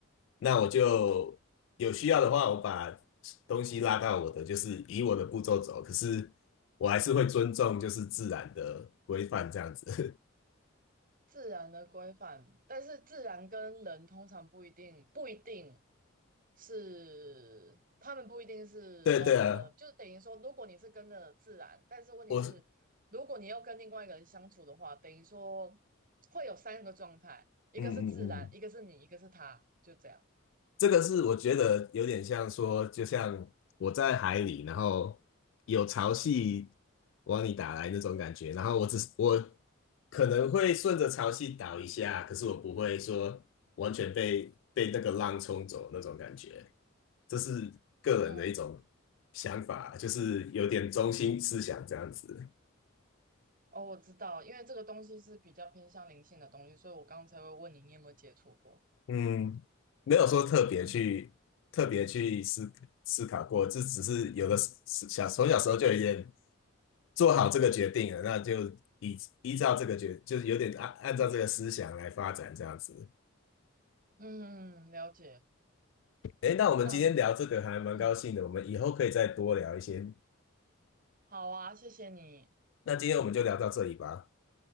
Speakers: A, on the left; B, on the right.
A: 那我就有需要的话，我把东西拉到我的，就是以我的步骤走。可是我还是会尊重就是自然的规范这样子。
B: 自然的规范，但是自然跟人通常不一定不一定是，他们不一定是融合，
A: <laughs> 对对啊，
B: 就等于说，如果你是跟着自然，但是问题是，
A: 我
B: 如果你要跟另外一个人相处的话，等于说会有三个状态，一个是自然，
A: 嗯嗯嗯。
B: 一个是你，一个是他，就这样。
A: 这个是我觉得有点像说，就像我在海里，然后有潮汐往你打来那种感觉，然后我只是我可能会顺着潮汐倒一下，可是我不会说完全被被那个浪冲走那种感觉，这是个人的一种
B: 嗯，
A: 想法，就是有点中心思想这样子。
B: 哦，我知道，因为这个东西是比较偏向灵性的东西，所以我刚才会问你，你有没有接触过？
A: 嗯，没有说特别去特别去思思考过，
B: 嗯
A: 这只是有的时小从小时候就有点做好这个决定了，那就依依照这个决，就是有点按按照这个思想来发展这样子。
B: 嗯，了解，
A: 诶，那我们今天聊这个还蛮高兴的，
B: 那很好，嗯，
A: 我们以后可以再多聊一些。
B: 好啊，谢谢你。
A: 那今天我们就聊到这里吧。